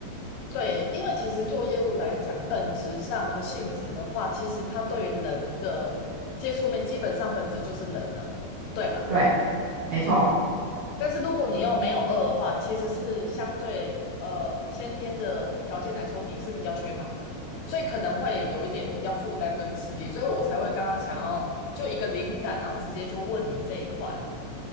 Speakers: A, on the left; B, on the right.
A: 对，因为其实做业务来讲，本质上的性质的话，其实它对人的接触面，基本上本质就是人了，对吧？
B: 对，没错。
A: 但是如果你又没有饿的话，其实是相对呃先天的条件来说，你是比较缺乏的，所以可能会有一点比较负担跟吃力，所以我才会刚刚想要就一个灵感，然后直接就问你这一块啊，